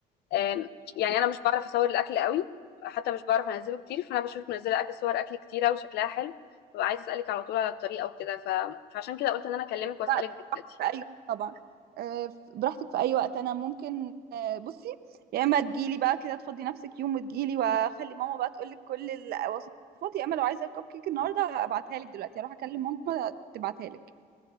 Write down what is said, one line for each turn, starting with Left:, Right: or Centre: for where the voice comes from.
Left: آم، يعني
Right: لا
Left: أنا مش بعرف أصور الأكل قوي حتى مش بعرف أنزله كتير فأنا بشوفك منزلة أكل صور أكل كتيرة وشكلها حلو ببقى عايزة أسألك على طول على الطريقة وكده ف... فعشان كده قلت إن أنا أكلمك وأسألك
Right: لا،
Left: دلوقتي
Right: في اي طبعا آه، براحتك في اي وقت انا ممكن آه، بصي يا اما تجيلي بقى كده تفضي نفسك يوم وتجيلي واخلي ماما بقى تقولك كل الوصفات يا اما لو عايزة الكب كيك النهاردة ابعتها لك دلوقتي هروح اكلم ماما تبعتها لك